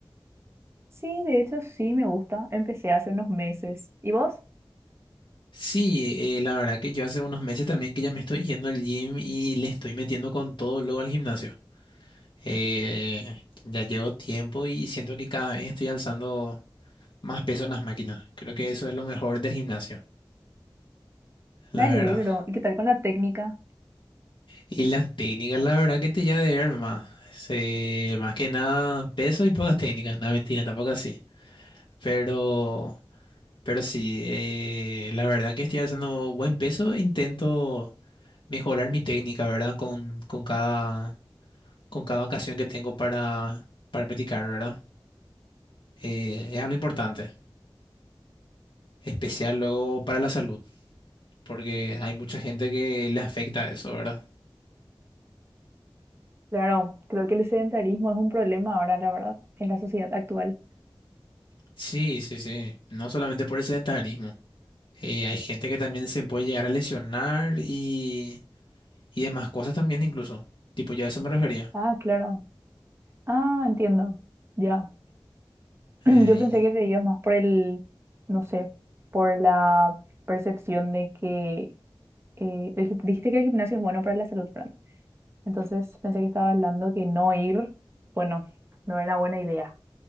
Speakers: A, on the right; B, on the left.
A: Sí, de hecho sí me gusta. Empecé hace unos meses. ¿Y vos?
B: Sí, eh, la verdad que yo hace unos meses también que ya me estoy yendo al gym y le estoy metiendo con todo luego al gimnasio. Eh, ya llevo tiempo y siento que cada vez estoy alzando más peso en las máquinas. Creo que eso es lo mejor del gimnasio, la
A: Me alegro.
B: verdad.
A: ¿Y qué tal con la técnica?
B: Y las técnicas, la verdad que te ya de ver más. Se- más que nada peso y pocas técnicas. No, mentira, tampoco así. Pero, pero sí, eh, la verdad que estoy haciendo buen peso. Intento mejorar mi técnica, ¿verdad? Con, con cada, con cada ocasión que tengo para, para practicar, ¿verdad? Eh, es algo importante, especial luego para la salud, porque hay mucha gente que le afecta eso, ¿verdad?
A: Claro, creo que el sedentarismo es un problema ahora, la verdad, en la sociedad actual.
B: Sí, sí, sí. No solamente por el sedentarismo. Eh, hay gente que también se puede llegar a lesionar y, y demás cosas también incluso. Tipo, yo a eso me refería.
A: Ah, claro. Ah, entiendo. Ya. <clears throat>
B: Eh,
A: Yo pensé que te ibas más por el, no sé, por la percepción de que eh, el gim- dijiste que el gimnasio es bueno para la salud, ¿verdad? Entonces pensé que estabas hablando que no ir, bueno, no era buena idea.